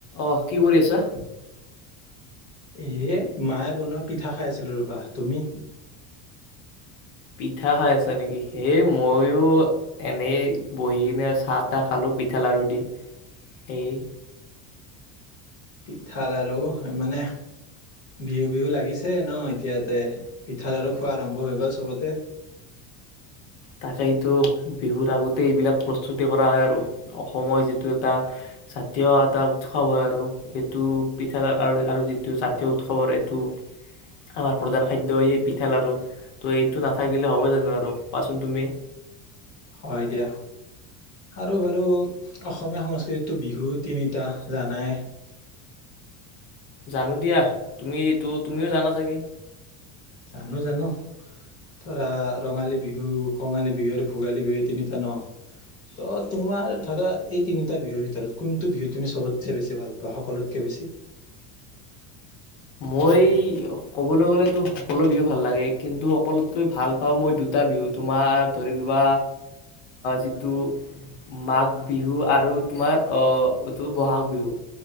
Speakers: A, on the left (about 60°); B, on the left (about 30°).
A: আহ কি কৰি আছা?
B: এ মায়ে বনোৱা পিঠা খাই আছিলো ৰবা তুমি
A: পিঠা খাই আছ নেকি এই ময়ো এনেই বহি কিনে চাহ তাহ খালো পিঠা লাাৰু দি সেই
B: পিঠা লাৰ়ু মানে বিহু বিহু লাগিছে ন এতিয়া তে পিঠা লাৰ়ু খোৱা আৰম্ভ হৈ গ'ল চবতে
A: তাকে সটো বিহুৰ আগতে এইবিলাক প্ৰস্তুতি কৰা হয় আৰু, অসমৰ যিটো এটা জাতীয় এটা উৎসৱ হয় আৰু, এইটো পিঠাল আৰু যিটো জাতীয় উৎসৱৰ এইটো আমাৰ প্ৰধান খাদ্য পিঠা লাাৰ়ু ত এইটো নাথাকিলে হ'ব জানো আৰু পকোৱা চোন তুমি
B: হয় দিয়া আৰু বাৰু অসমীয়া সংস্কৃতিো বিহু তিনিটা জানাই
A: জানো দিয়া তুমি ইটো তুমিও জানা চাগে
B: জানো জানো, ধৰা ৰঙালী বিহু কঙালী বিহু আৰু ভোগালী বিহু তিনিটা ন ত তোমাৰ ধৰা এই তিনিটা বিহুৰ ভিতৰত কোনটো বিহু তুমি চবতছে বেছি ভাল পোৱা সকলোতকে বেছি
A: মই ক'বলৈ গ'লেতো সকলো বিহু ভাল লাগে কিন্তু সকলোতকৈ ভাল পাওঁ মই দুটা বিহু তোমাৰ ধৰি লোৱা যিটো মাঘ বিহু আৰু তোমাৰ এইটো বহাগ বিহু